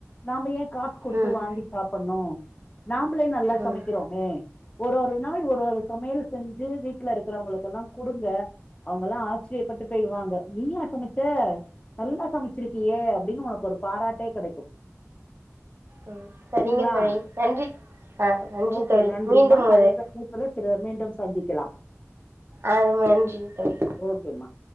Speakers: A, on the left (about 25°); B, on the right (about 50°).
A: நாம ஏ காசு குடுத்து
B: ம்
A: வாங்கி சாப்டணு நாமளே நல்லா சமைக்கிறோமே
B: ம்
A: ஒரு ஒரு நாள் ஒரு ஒரு சமையல் செஞ்சு வீட்ல இருக்கிறவங்களுக்கெல்லா குடுங்க அவங்கல்லா ஆச்சரியப்பட்டு போயிடுவாங்க நீயா சமச்ச நல்லா சமச்சிருக்கியே அப்டின்னு உனக்கு ஒரு பாராட்டே கெடைக்கு
B: ம் செரிங்க
A: சரிங்களா
B: தோழி நன்றி ஆ நன்றி
A: ஓகே
B: தோழி
A: நன்றிமா
B: மீண்டும் உங்களை
A: <unintelligible> மீண்டும் சந்திக்கலாம்
B: ஆ மன்ஜிங் தோழி
A: ஓகேம்மா